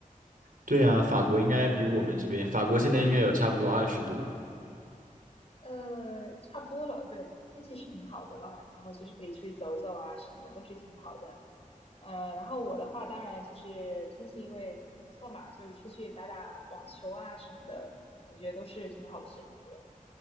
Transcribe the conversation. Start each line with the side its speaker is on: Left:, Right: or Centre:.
Right: 对呀，法国应该比我们这边，法国现在应该有差不多二十度，
Left: 呃，差不多了，对，天气是挺好的了，然后就是可以出去走走啊什么的，都是挺好的。呃，然后我的话，当然就是天气因为不错嘛，就出去打打网球啊什么的，我觉得都是挺好的选择。